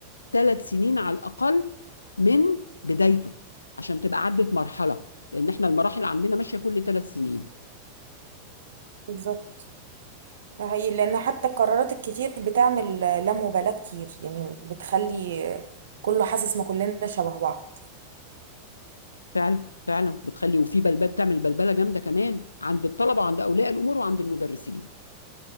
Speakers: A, on the left; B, on the right.
A: ثلاث سنين على الأقل من بدايته عشان تبقى عدت مرحلة لأن احنا المراحل عندنا ماشية كل ثلاث سنين
B: بالظبط ده حقيقي لان حتى القرارات الكتير بتعمل لا مبالاه كتير يعني بتخلي كله حاسس ما كلنا شبه بعض
A: فعلا فعلا بتخلي وفي بلبلة بتعمل بلبلة جامدة كمان عند الطلبة وعند أولياء الأمور وعند المدرسين